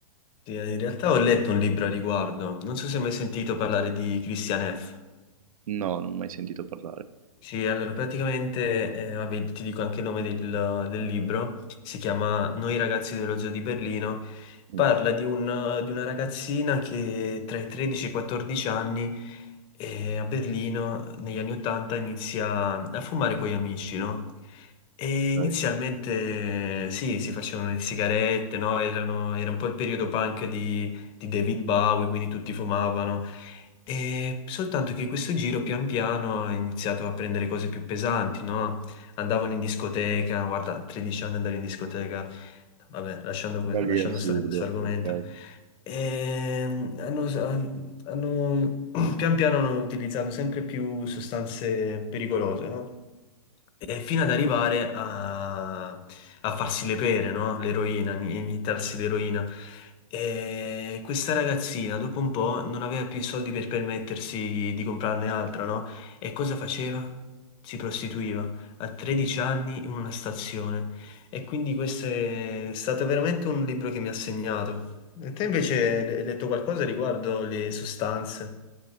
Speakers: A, on the left (about 30°); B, on the right (about 75°).
A: Sì, in realtà ho letto un libro a riguardo, non so se hai mai sentito parlare di Christian F.
B: No, non ho mai sentito parlare.
A: Sì, allora praticamente, eh, vabbè, ti dico anche il nome del, del libro, si chiama Noi ragazzi dello zoo di Berlino,
B: Mh.
A: parla di, un- di una ragazzina che tra i 13 e i 14 anni eh, a Berlino negli anni 80 inizia a fumare con gli amici, no? E inizialmente
B: Okay.
A: sì, si facevano le sigarette, no? Erano- era un po' il periodo punk di, di David Bowie, quindi tutti fumavano. E soltanto che questo giro pian piano ha iniziato a prendere cose più pesanti, no? Andavano in discoteca, guarda, a 13 anni andare in discoteca, vabbè, lasciando, que-
B: Però
A: lasciando
B: lì è assurdo,
A: stare questo argomento.
B: okay.
A: Ehm, hanno, hanno- <clears throat> pian piano hanno utilizzato sempre più sostanze pericolose, no? E fino ad arrivare a, a farsi le pere, no? L'eroina, in- iniettarsi l'eroina. E questa ragazzina, dopo un po', non aveva più i soldi per permettersi di comprarne altra, no? E cosa faceva? Si prostituiva a 13 anni in una stazione. E quindi questo è stato veramente un libro che mi ha segnato. E te invece hai hai letto qualcosa riguardo le sostanze?